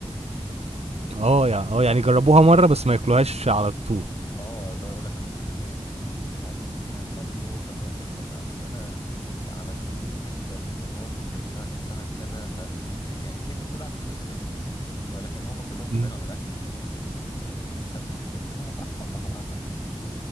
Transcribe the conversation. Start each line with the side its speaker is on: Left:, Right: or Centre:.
Right: اه يعني اه يعني جربوها مره بس ما ياكلوهاش على طول
Left: اه اللي هو يقول لك اصل انا معدتي مش عارف فيها كله فبيعمل كذا اصل انا عملوا لي حته خراج في سنه سنه كذا ف يعني تلاقي كل واحد بقصته ولكن هم كلهم بيبعدوا
Right: مم.
Left: عن الاكل ال- ال- المسبك فيمكن هم صح الله اعلم